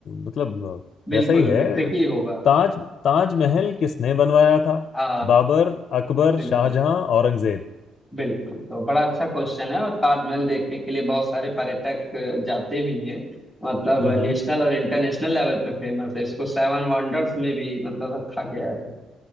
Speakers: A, on the left (about 60°); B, in the centre.
A: मतलब अ,
B: बिल्कुल
A: वैसा ही
B: बिल्कुल
A: है
B: tricky होगा
A: ताज ताजमहल किसने बनवाया था
B: आ
A: बाबर अकबर
B: बिल्कुल
A: शाहजहां औरंगजेब
B: बिल्कुल तो बड़ा अच्छा क्वेश्चन है और ताजमहल देखने के लिए बहुत सारे पर्यटक जाते भी हैं मतलब
A: हम्म
B: नेशनल
A: हम्म,
B: और इंटरनेशनल लेवल पे फेमस है इसको सेवन वंडर्स में भी मतलब रखा गया है